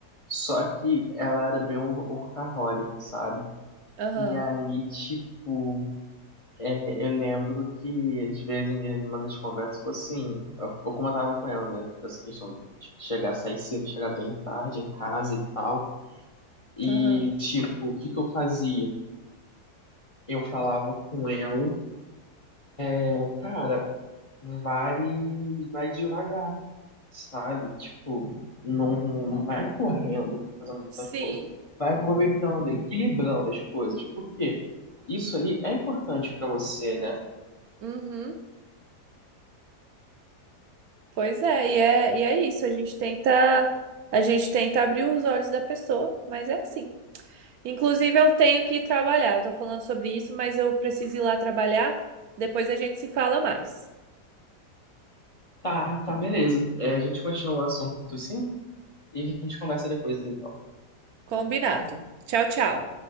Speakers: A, on the left (about 35°); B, on the right (about 70°).
A: Só que ela era bem wor- workaholic, sabe?
B: aham,
A: E aí, tipo, É, eu lembro que, às vezes, em uma das conversas foi assim, eu, eu comentava com ela, né, dessa questão de chegar, sair cedo, chegar bem tarde em casa e tal. E,
B: aham.
A: tipo, o que que eu fazia? Eu falava com ela, "É, cara, vai, vai devagar, sabe? Tipo, não, não vai correndo, fazendo as
B: Sim,
A: coisas. Vai aproveitando, equilibrando as coisas, porque isso ali é importante pra você, né?
B: uhum. Pois é, e é, e é isso. A gente tenta, a gente tenta abrir os olhos da pessoa, mas é assim. Inclusive, eu tenho que ir trabalhar. Eu tô falando sobre isso, mas eu preciso ir lá trabalhar. Depois a gente se fala mais.
A: Tá, tá, beleza. É, a gente continua o assunto sim e a gente conversa depois, então.
B: Combinado. Tchau, tchau.